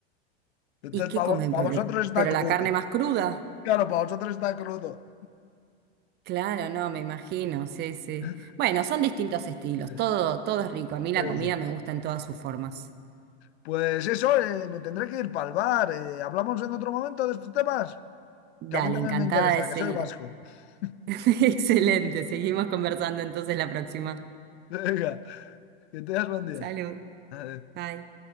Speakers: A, on the left (about 75°); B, on the right (about 30°).
A: Entonces,
B: ¿y qué
A: para
B: comen? Pero,
A: vosotros está
B: pero
A: crudo.
B: la carne más cruda.
A: Claro, para vosotros está crudo.
B: Claro, no, me imagino, sí, sí.
A: <laughs>
B: Bueno, son distintos estilos,
A: Sí,
B: todo, todo es rico. A mí
A: eso.
B: la comida me gusta en todas sus formas.
A: Pues eso, eh, me tendré que ir para el bar. eh, hablamos en otro momento de estos temas,
B: Dale,
A: que a mí también
B: encantada
A: me interesa,
B: de seguir.
A: que soy vasco. <laughs>
B: <laughs> Excelente, seguimos conversando entonces la próxima.
A: Venga, que tengas buen día.
B: Salud,
A: Adiós.
B: bye.